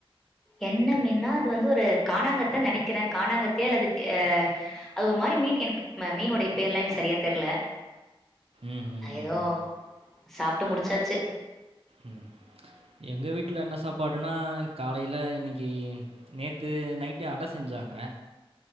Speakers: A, in the centre; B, on the right (about 80°).
A: என்ன மீன் நா அது வந்து ஒரு கானாங்கத்தை நினைக்கிறேன் கானாங்கத்தையே அல்லது அஹ் அது ஒரு மாதிரி மீன் எனக்கு மீனு உடைய பேர் எல்லாம் எனக்கு சரியா தெரியல
B: ம், ம்,
A: ஏதோ
B: ம், ம்.
A: சாப்பிட்டு முடிச்சாச்சு
B: ம். எங்க வீட்டுல என்ன சாப்பாடுன்னா காலையில இன்னைக்கு நேத்து நைட்டு அடை செஞ்சாங்க